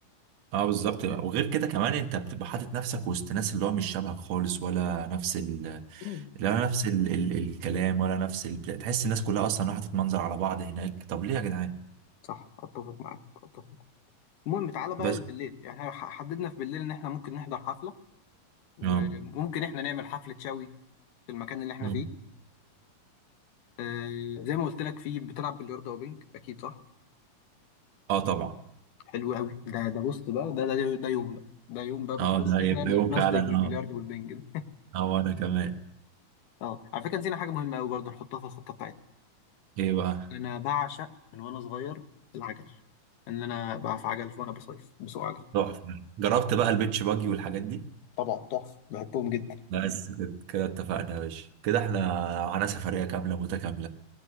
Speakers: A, on the right (about 60°); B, on the left (about 65°).
A: اه بالظبط وغير كده كمان انت بتبقى حاطط نفسك وسط ناس اللي هو مش شبهك خالص ولا نفس ال
B: مم.
A: لا نفس ال... ال... الكلام ولا نفس ال... تحس الناس كلها اصلا راحت تتمنظر على بعض هناك طب ليه يا جدعان
B: صح اتفق معاك اتفق المهم تعالى بقى
A: بس
B: بالليل يعني إحنا ح- حددنا في بالليل ان احنا ممكن نحضر حفله وممكن
A: اه
B: احنا نعمل حفله شاوي في المكان اللي احنا
A: مم.
B: فيه آه زي ما قلت لك فيه بتلعب بلياردو او بينج اكيد صح
A: اه طبعا
B: حلو قوي ده ده بص بقى ده ده ده يوم بقى ده يوم بقى بنخش
A: اه ده يبقى
B: احنا نتمزج
A: يوم فعلا
B: بالبلياردو
A: اه
B: والبنج ده
A: اه وانا كمان
B: اه على فكره نسينا حاجه مهمه قوي برضه نحطها في الخطه بتاعتنا
A: ايه بقى
B: انا بعشق من وانا صغير العجل ان انا بقى في عجل وانا بصيف بسوق عجل
A: تحفة جربت بقى البيتش باجي والحاجات دي
B: طبعا تحفه بحبهم جدا
A: بس كده كده اتفقنا يا باشا كده احنا معانا سفرية كاملة متكاملة